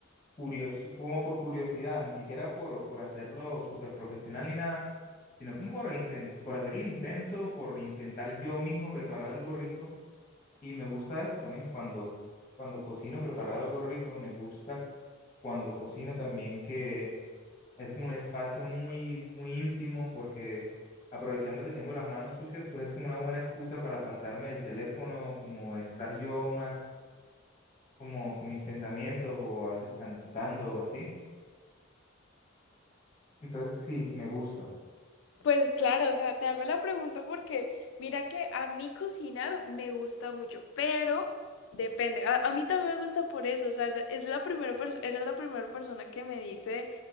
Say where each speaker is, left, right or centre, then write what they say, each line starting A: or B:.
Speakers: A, on the left; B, on the left.
A: curioso, como por curiosidad, ni siquiera por, por hacerlo súper profesional ni nada, sino como por intento, por hacer el intento, por intentar yo mismo preparar algo rico. Y me gusta eso también cuando, cuando cocino, preparar algo rico, me gusta cuando cocino también que Es como un espacio muy, muy íntimo porque aprovechando que tengo las manos sucias, pues es como una buena excusa para apartarme del teléfono, como estar yo más como con mis pensamientos o a veces cantando o así. Entonces sí, me gusta.
B: Pues claro, o sea, te hago la pregunta porque mira que a mí cocinar me gusta mucho, pero depende. A, a mí también me gusta por eso, o sea, es la primera perso- eres la primera persona que me dice